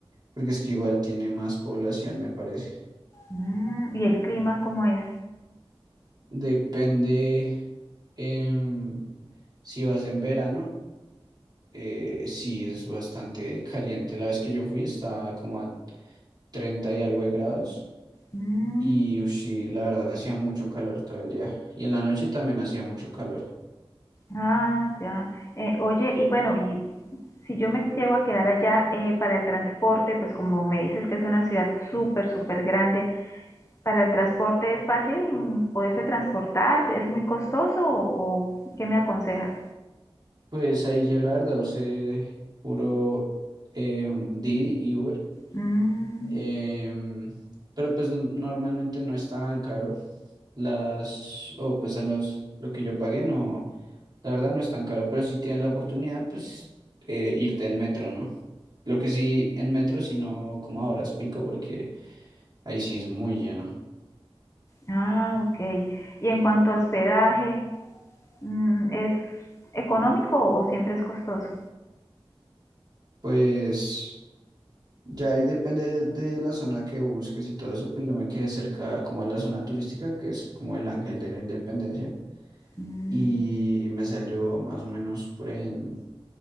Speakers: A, on the right (about 45°); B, on the left (about 30°).
A: porque es que igual tiene más población, me parece.
B: Mm, ¿y el clima cómo es?
A: Depende em, si vas en verano, eh, sí es bastante caliente. La vez que yo fui estaba como a 30 y algo de grados
B: Mm.
A: y ush, sí, la verdad hacía mucho calor todo el día y en la noche también hacía mucho calor.
B: Ah, ya. Eh, oye, y bueno, y si yo me llego a quedar allá eh, para el transporte, pues como me dices que es una ciudad súper, súper grande, ¿para el transporte es fácil mm, poderse transportar? ¿Es muy costoso o, o qué me aconsejas?
A: Pues ahí yo la verdad usé puro em, Didi y Uber,
B: Mm,
A: em, pero pues n- normalmente no es tan caro. Las, o pues al menos lo que yo pagué, no, la verdad no es tan caro, pero si tienes la oportunidad, pues eh, irte en metro, ¿no? Lo que sí, en metro, sino como ahora es pico, porque ahí sí es muy lleno.
B: ah, ok. Y en cuanto a hospedaje, mm, ¿es económico o siempre es costoso?
A: Pues ya ahí depende de, de la zona que busques y todo eso, pues yo me quedé cerca como a la zona turística, que es como el Ángel de la Independencia,
B: Mm,
A: y me salió más o menos por ahí en